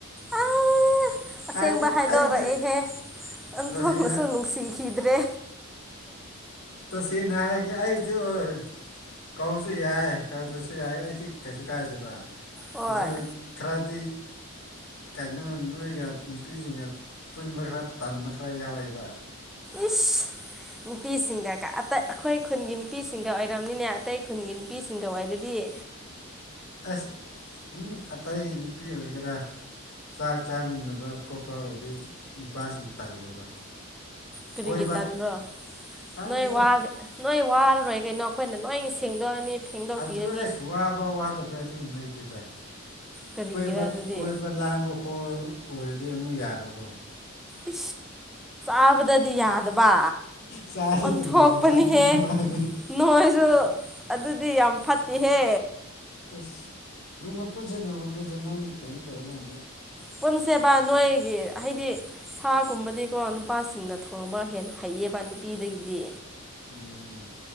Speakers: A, in the centre; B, on the left.
A: ꯑꯥ ꯑꯁꯦꯡꯕ
B: ꯍꯥꯏꯗꯤ
A: ꯍꯥꯏꯗꯣꯔꯛꯑꯦꯍꯦ
B: ꯑꯕꯗꯤ
A: ꯑꯣꯟꯊꯣꯛꯅꯁꯨ
B: ꯁꯤꯅ
A: ꯅꯨꯡꯁꯤꯈꯤꯗ꯭ꯔꯦ
B: ꯇ ꯁꯤꯅꯅꯥ ꯀ ꯑ ꯑꯗꯨ ꯑꯣꯏ ꯀꯧꯔꯁꯨ ꯌꯥꯏ ꯀꯧꯗ꯭ꯔꯁꯨ ꯌꯥꯏ ꯑꯩꯗꯤ ꯀꯩꯁꯨ ꯀꯥꯏꯗꯦꯕ
A: ꯍꯣꯏ
B: ꯑꯗꯣ ꯈꯔꯗꯤ ꯀꯩꯅꯣ ꯅꯣꯏꯒ ꯅꯨꯄꯤꯁꯤꯡꯒ ꯄꯨꯟꯕ ꯈꯔ ꯇꯥꯟꯕ ꯈꯔ ꯌꯥꯎꯋꯦꯕ
A: ꯏꯁ ꯅꯨꯄꯤꯁꯤꯡꯒ ꯑ ꯑꯩꯈꯣꯏ ꯈꯨꯟꯒꯤ ꯅꯨꯄꯤꯁꯤꯡꯒ ꯑꯣꯏꯔꯕꯝꯅꯤꯅꯦ ꯑꯇꯩ ꯈꯨꯟꯒꯤ ꯅꯨꯄꯤꯁꯤꯡꯒ ꯑꯣꯏꯔꯗꯤ ꯇꯦ
B: ꯑꯁ ꯎꯝ ꯑꯇꯩ ꯅꯨꯄꯤ ꯑꯣꯏꯒꯦꯔꯥ ꯆꯥꯛ ꯆꯥꯃꯤꯟꯅꯕ ꯈꯣꯠꯄ ꯑꯣꯏꯔꯗꯤ ꯅꯨꯄꯥꯁꯤꯡ ꯇꯜꯂꯦꯕ
A: ꯀꯔꯤꯒꯤ
B: ꯀꯣꯏꯕ
A: ꯇꯥꯟꯕ꯭ꯔꯣ
B: ꯈꯪꯗꯦꯗ
A: ꯅꯣꯏ ꯋꯥꯒ ꯅꯣꯏ ꯋꯥꯔꯔꯣꯏ ꯀꯩꯅꯣ ꯑꯩꯈꯣꯏꯅ ꯂꯣꯏ ꯁꯦꯡꯗꯣꯛꯑꯅꯤ ꯐꯦꯡꯗꯣꯛꯄꯤꯔꯅꯤ
B: ꯑꯗꯨ ꯑꯁ ꯋꯥꯕ ꯋꯥꯗꯕ ꯑꯗꯨ ꯅꯗꯨꯦꯗ
A: ꯀꯔꯤꯒꯤꯔ
B: ꯕ
A: ꯑꯗꯨꯗꯤ
B: ꯀꯣꯏꯕ ꯂꯥꯝꯕ ꯈꯣꯠꯄ ꯑꯣꯏꯔꯗꯤ ꯑꯃꯨꯛ ꯌꯥꯕꯀꯣ
A: ꯏ ꯑꯥꯕꯗ ꯌꯥꯗꯕ
B: ꯆꯥꯗꯤ
A: ꯑꯣꯟꯊꯣꯛꯄꯅꯤꯍꯦ
B: ꯇꯣꯉꯥꯟꯅ ꯆꯥꯅꯤꯡꯕ ꯃꯥꯜꯂꯦ
A: ꯅꯣꯏꯁꯨ ꯑꯗꯨꯗꯤ ꯌꯥꯝ ꯐꯠꯇꯦꯍꯦ
B: ꯑꯁ ꯅꯣꯡ ꯃꯄꯨꯟꯁꯦ ꯅꯣꯡ ꯃꯥꯄꯨꯟꯁꯦ ꯅꯪ ꯀꯩꯅꯣ ꯇꯧꯔꯀꯥꯟꯗ
A: ꯄꯨꯟꯁꯦꯕ ꯅꯣꯏꯒꯤ ꯍꯥꯏꯗꯤ ꯁꯥꯒꯨꯝꯕꯗꯤꯀꯣ ꯅꯨꯄꯥꯁꯤꯡꯅ ꯊꯣꯡꯕ ꯍꯦꯟꯅ ꯍꯩꯌꯦꯕ ꯅꯨꯄꯤꯗꯒꯤꯗꯤ
B: ꯎꯝ